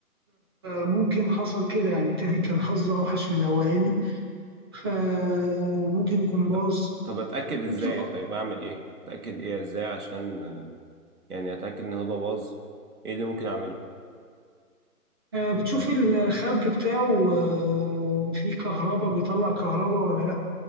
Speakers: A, on the right (about 15°); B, on the right (about 65°).
A: فممكن حصل كده يعني التاني كان حظه أوحش من الأولاني فممكن يكون باظ
B: طب طب اتأكد ازاي
A: ممكن
B: طيب اعمل ايه اتأكد ايه ازاي عشان آه، يعني اتأكد ان هو ده باظ ايه اللي ممكن اعمله
A: آه، بتشوف
B: يعني
A: الخرج بتاعه آه، فيه كهرباء بيطلع كهرباء ولا لأ